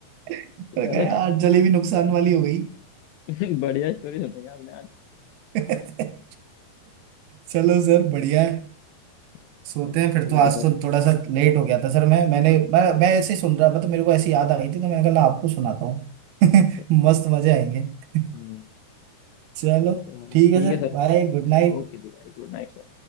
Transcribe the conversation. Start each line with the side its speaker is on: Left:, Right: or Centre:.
Right: मैंने
Left: चलो
Right: कहा यार जलेबी नुकसान वाली हो गई
Left: <laughs> बढ़िया स्टोरी सुनाई आपने आज
Right: <laughs> चलो सर बढ़िया है
Left: हाँ,
Right: सोते
Left: चलो
Right: हैं फिर
Left: ठीक
Right: तो
Left: है
Right: आज
Left: सर
Right: तो थोड़ा सा लेट हो गया था सर मैं मैंने मैं मैं ऐसे ही सुन रहा था तो मेरे को ऐसी याद आ गई थी तो मैंने कहा आपको सुनाता हूँ <laughs>
Left: अच्छा अच्छा
Right: मस्त मजे आएंगे <laughs>
Left: हम्म
Right: चलो
Left: चलो
Right: ठीक
Left: ठीक
Right: है सर
Left: है सर
Right: बाय गुड नाइट
Left: ओके जी भाई गुड नाइट सर